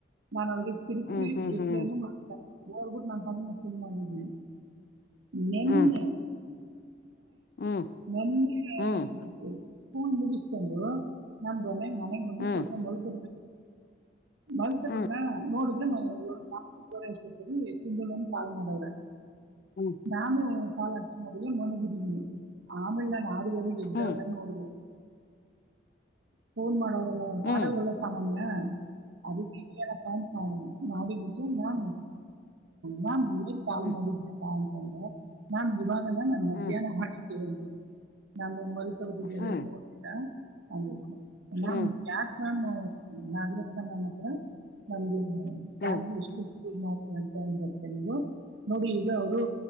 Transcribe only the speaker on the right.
ನಾನು ಅವರಿಗೆ ತಿರುಚಿ
ರಿಪ್ಲನು
ಮಾಡ ಹೋಗಬಿಟ್ಟು ನಾನನ್ ಪಡಿಿನ ಸ ಮಾಡಿದ್ದೀನಿ ನಿೆನ್ನೆ
ನೆನ್ನೆ <unintelligible>
ಸ್ೂನ್ ಮುಗಿಸ್ಕೊಂಡು ನಮ ದೊನೆ ಮನೆ
ಲ್ಪ
ಮಕ ಮತ
ಬಿ ನೋಡಿದ ರೆಷ್ಟೊ ಚಿಂತ ಪಾಲ್ ಮಾಡಿದ್ರ
ನಾನು ಪಾಲಾಟ ನಡ ಮಣಗಡ ಆಮೇಲೆ ನಮ್ಮ ಆ ಎದ್ದಾಗ
ನೋಡ ಫೋನ್ ಮಾಡೋ್ರಲ್ಲ
ಮಾಡಡಲ್ ಒಳ್ಳ ಸಾಮಾನ್ಯ ಅದಕ್ಕೆ ನಪ್ಪ ಮಾಡ ಮಾಡಿದ್ದಕ್ಕೆ ನಾನ್ ನಾನ್ ಮೇ ಕಾಲ್
ಮಾಡಿದ್ರಲ್ಲ ನಾನ್ ಇವಾಗಲ್ಲ ನಾನ್ ಮಧ್ಯಾಹ್ನ
ಮಾಡಿದ್ದೇವೆ ನೋಡಿ ನಮ್ಮ ಮರುಪದು
ಬನೋದ
ಅ ನ <unintelligible>
ನಾನು ನಾಗರತ್ನ ನಾಮ ಹತ್ರ ನಮ್ಗೆ
ಸಲ್ರಿ ಎಷ್ಟ ೌಂತಂದ ಬರ್ತೇನೆವು ನೋಡಿ ಈಗ ಅವರು